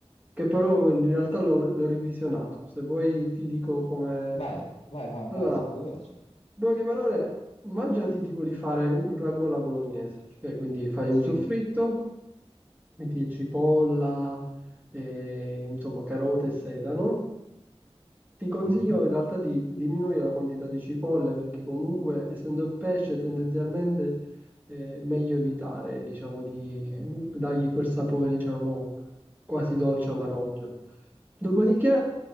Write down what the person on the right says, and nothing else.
che però in realtà l'ho l'ho revisionato. Se vuoi ti dico come...
Allora,
in
poche parole, immaginati tipo di fare un ragù alla bolognese, cioè quindi fai un
soffritto, metti cipolla, e, insomma carote e sedano, ti consiglio
in realtà di diminuire la quantità di cipolle perché comunque essendo pesce tendenzialmente è meglio evitare, diciamo, di dargli quel sapore, diciamo, quasi dolce amarognolo. Dopodiché